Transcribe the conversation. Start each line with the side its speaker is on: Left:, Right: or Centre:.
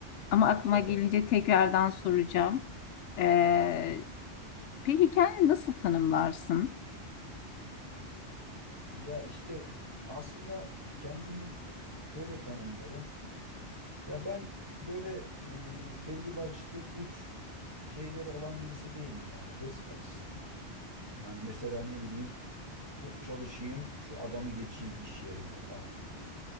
Left: Ama aklıma
Right: <laughs>
Left: gelince tekrardan soracağım. Ee, peki kendini nasıl tanımlarsın?
Right: Ya işte aslında kendimi şöyle tanımlarım. Ya ben böyle e, belli başlı uç şeyleri olan birisi değilim yani hırs açısından. Yani mesela ne bileyim çok çalışayım, şu adamı geçeyim iş yerinde falan böyle.